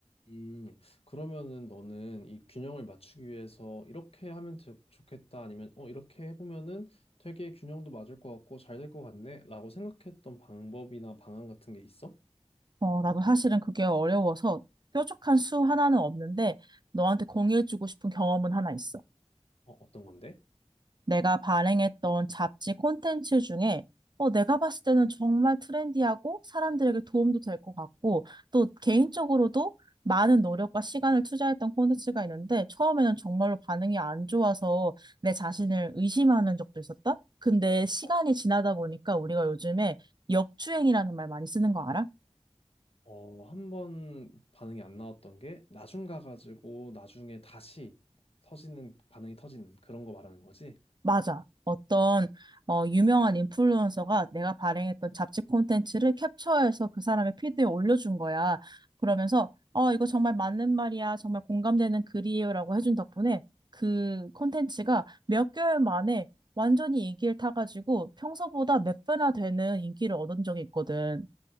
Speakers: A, on the left (about 60°); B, on the right (about 40°).
A: 음, 그러면은 너는 이 균형을 맞추기 위해서 이렇게 하면 되- 좋겠다 아니면 어 이렇게 해보면은 되게 균형도 맞을 것 같고 잘 될 것 같네라고 생각했던 방법이나 방안 같은 게 있어?
B: 어, 나도 사실은 그게 어려워서 뾰족한 수 하나는 없는데 너한테 공유해주고 싶은 경험은 하나 있어.
A: 어, 어떤 건데?
B: 내가 발행했던 잡지 콘텐츠 중에 어, 내가 봤을 때는 정말 트렌디하고 사람들에게 도움도 될 것 같고 또 개인적으로도 많은 노력과 시간을 투자했던 콘텐츠가 있는데 처음에는 정말로 반응이 안 좋아서 내 자신을 의심하는 적도 있었다. 근데 시간이
A: 어,
B: 지나다 보니까 우리가 요즘에 역주행이라는 말 많이 쓰는 거 알아?
A: 어, 한 번 반응이 안 나왔던 게 나중 가가지고 나중에 다시 터지는 반응이 터지는 그런 거 말하는 거지?
B: 맞아. 어떤 어, 유명한 인플루언서가 내가 발행했던 잡지 콘텐츠를 캡처해서 그 사람의 피드에 올려준 거야. 그러면서 어, 이거 정말 맞는 말이야. 정말 공감되는 글이에요라고 해준 덕분에 그 콘텐츠가 몇 개월 만에 완전히 인기를 타가지고 평소보다 몇 배나 되는 인기를 얻은 적이 있거든.